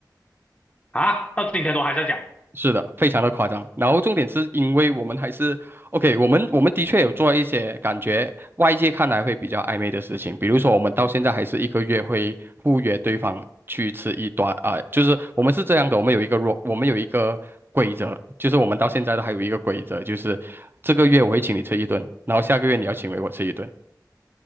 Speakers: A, on the left; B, on the right.
A: 啊，到今天都还在讲
B: 是的，非常的夸张。然后重点是因为我们还是 OK，我们我们的确有做一些感觉外界看来会比较暧昧的事情，比如说我们到现在还是一个月会互约对方去吃一顿啊、就是我们是这样的，我们有一个若我们有一个规则，就是我们到现在都还有一个规则，就是这个月我会请你吃一顿，然后下个月你要请回我吃一顿。